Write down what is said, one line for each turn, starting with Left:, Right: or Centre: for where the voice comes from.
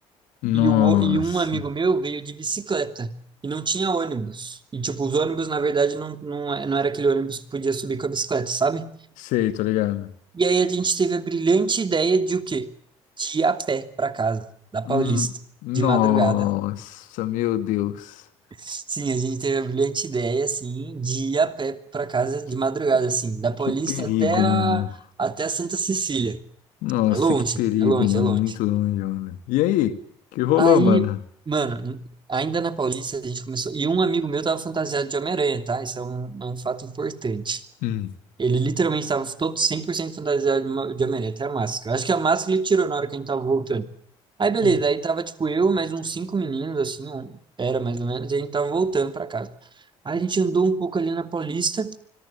Left: nossa,
Right: E, o, o- e um amigo meu veio de bicicleta e não tinha ônibus. E tipo, os ônibus, na verdade, não, não, é- não era aquele ônibus que podia subir com a bicicleta, sabe?
Left: sei, tô ligado.
Right: E aí a gente teve a brilhante ideia de o quê? De ir a pé para casa, da Paulista,
Left: Hum, nossa,
Right: de madrugada.
Left: meu Deus,
Right: Sim, a gente teve a brilhante ideia, assim, de ir a pé para casa
Left: que,
Right: de madrugada, assim, da Paulista
Left: que perigo,
Right: até a,
Left: mano.
Right: até a Santa Cecília.
Left: Nossa,
Right: É longe,
Left: que perigo,
Right: é longe,
Left: mano,
Right: é longe.
Left: muito longe, mano. E aí, que rolou,
Right: Aí,
Left: mano?
Right: mano, ainda na Paulista a gente começou. E um amigo meu tava fantasiado de Homem-Aranha, tá? Isso é um, é um fato importante.
Left: Hum,
Right: Ele literalmente tava todo 100% fantasiado de uma- de Homem-Aranha, até a máscara. Acho que a máscara ele tirou na hora que a gente tava voltando. Aí beleza,
Left: hum.
Right: aí tava tipo eu, mais uns cinco meninos, assim, um- era mais ou menos, e a gente tava voltando pra casa. Aí a gente andou um pouco ali na Paulista,